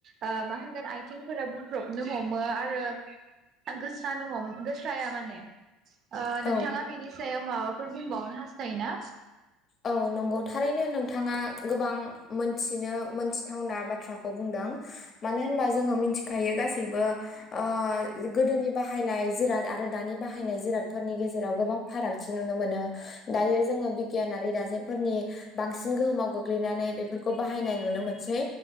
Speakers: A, on the right; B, on the left.
A: ओ मा होनगोन आथिंफोरा बुख्रबनो हमो आरो आं गोसानो हम गोस्राया माने ओ
B: औ
A: नोंथाङा बिनि सायाव माबा फोर बुंबावनो हास्थायोना?
B: औ नंगौ थारैनो नों थाङा गोबां मोनथि नो मोनथिथावना बाथ्रा खौ बुंदों मानो होनबा जोङो मिथिखायो गासैबो ओ गोदोनि बाहायनाय जिराद आरो दानि बाहायनाय जिरादफोरनि गेजेराव गोबां फारागथि नुनो मोनो दायो जोङो बि गियानारि दाजेमफोरनि बांसिन गोहोमाव गोग्लैनानै बेफोरखौ बाहायनाय नुनो मोनसै